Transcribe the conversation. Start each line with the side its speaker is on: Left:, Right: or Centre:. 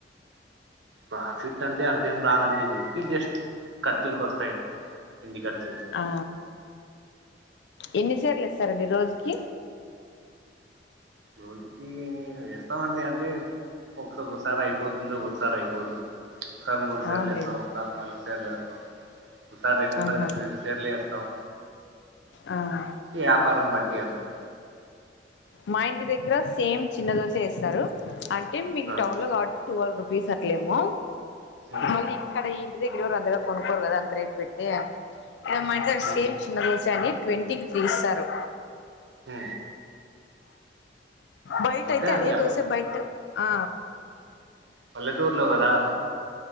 Right: ప్రాఫిట్ అంటే అంతేం రాదండి ఊరికే జస్ట్ ఖర్చులకి వస్తాయ్ ఇంటి ఖర్చులు
Left: ఆ ఎన్ని సార్లు <unintelligible> స్తారండి రోజుకి
Right: రోజుకి ఇస్తామండి అంటే ఒకోక్కసారి అయిపోతుంది ఒక్కసారి అయిపోదు ఒకసారి మూడు సార్లు
Left: అవునులేండి
Right: ఏస్తాం ఒకసారి నాలుగు సర్లు ఏస్తాం ఒకసారి రెండు స
Left: ఆహా
Right: రెండు సర్లు వేస్తాం
Left: ఆ
Right: వ్యాపారం బట్టి అంతే
Left: మా ఇంటి దగ్గర సేమ్ చిన్న దోశ వేస్తారు అంటే మీకు
Right: ఆ
Left: టౌన్ లో కాబ ట్వల్వ్ రుపీస్ అట్లేమో
Right: ఉమ్
Left: మళ్ళీ ఇక్కడ <unintelligible> <unintelligible> అంతగా కొనుకోరు కదా అంత రేటు పెట్టి <unintelligible>
Right: ఉమ్
Left: <unintelligible> ట్వంటీకి త్రీ ఇస్తారు
Right: హ
Left: బయట
Right: అంతే
Left: అయితే
Right: అండి
Left: అదే
Right: అంతే
Left: దోస బయట ఆ
Right: పల్లెటూరులో కదా